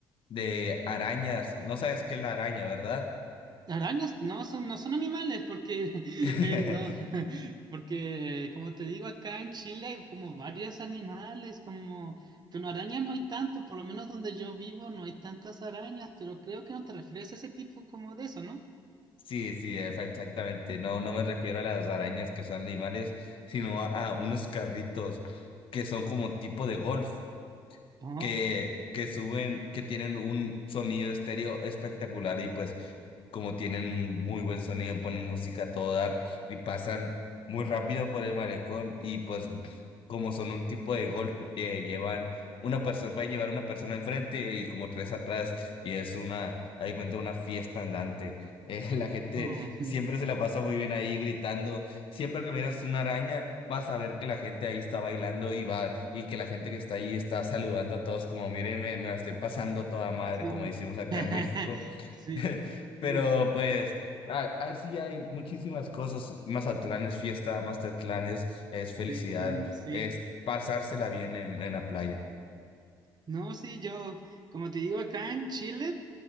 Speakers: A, on the left; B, on the right.
A: de arañas. No sabes qué es la araña, ¿verdad?
B: Arañas no son, no son animales porque
A: <laughs>
B: <laughs> eh, no, <laughs> porque como te digo acá en Chile hay como varios animales, como, pero arañas no hay tanto, por lo menos donde yo vivo no hay tantas arañas, pero creo que no te refieres a ese tipo como de eso, ¿no?
A: Sí, sí, efa- exactamente. No, no me refiero a las arañas que son animales, sino a, a unos carritos que son como tipo de golf,
B: Oh,
A: que, que suben, que tienen un sonido estéreo espectacular y pues como tienen muy buen sonido, ponen música a todo dar y pasan muy rápido por el malecón y pues como son un tipo de golf, eh, llevan una persona, pueden llevar una persona enfrente y como tres atrás y es una, ahí cuenta, una fiesta andante. Eh, <laughs> la gente
B: oh,
A: siempre se la pasa muy bien ahí gritando. Siempre que miras una araña, vas a ver que la gente ahí está bailando y va, y que la gente que está ahí está saludando a todos como, mírenme, me la estoy pasando a toda
B: <laughs>
A: madre,
B: sí,
A: como decimos acá
B: <laughs>
A: en México.
B: sí,
A: <laughs> Pero
B: sí,
A: pues, a- así hay muchísimas cosas. Mazatlán es fiesta, Mazatlán es, es
B: sí,
A: felicidad,
B: mm, sí.
A: es pasársela bien en, en la playa.
B: No, sí, yo, como te digo acá en Chile.